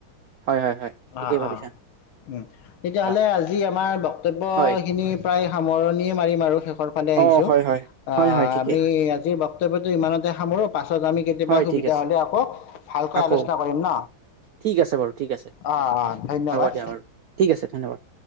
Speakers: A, on the right; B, on the left.
A: হয় হয় হয় ঠিকেই
B: অ
A: ভাবিছা
B: অ উম তেতিয়াহ'লে
A: অ
B: আজি আমাৰ কৰ্তব্যখিনি
A: হয়
B: প্ৰায় সামৰণিয়ে মাৰিম আৰু শেষৰ ফালে আহিছো
A: অ হয় হয়
B: আহ
A: হয় হয় ঠিকেই
B: আমি আজি <unintelligible> ইমানতে সামৰো পাছে আমি কেতিয়াবা
A: হয়
B: সুবিধা
A: ঠিক আছে
B: হলে আকৌ ভালকৈ
A: আকৌ
B: আলোচনা কৰিম ন
A: ঠিক আছে বাৰু ঠিক আছে
B: অ অ
A: হ'ব
B: ধন্যবাদ।
A: হ'ব দিয়া বাৰু ঠিক আছে ধন্যবাদ